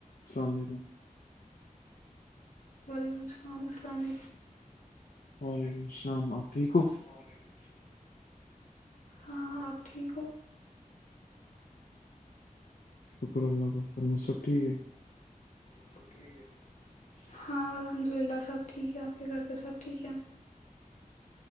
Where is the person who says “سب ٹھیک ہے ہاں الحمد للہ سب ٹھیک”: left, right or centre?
Left